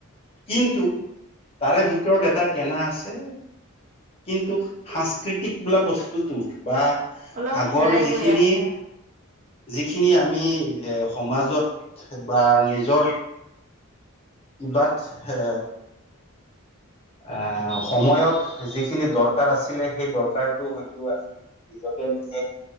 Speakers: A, on the left; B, on the right.
A: কিন্তু তাৰে ভিতৰত ভিতৰত এটা কেনা আছে কিন্তু সাংস্কৃতিক বোলা বস্তুটো বা
B: অলপ
A: আগৰ
B: হেৰাই
A: যিখিনি
B: গৈ আছে
A: যিখিনি আমি এ সমাজত বা নিজৰ ইবাত এ আহ সময়ত যিখিনি দৰকাৰ আছিলে সেই দৰকাৰতটো হয়তো আজি নিজ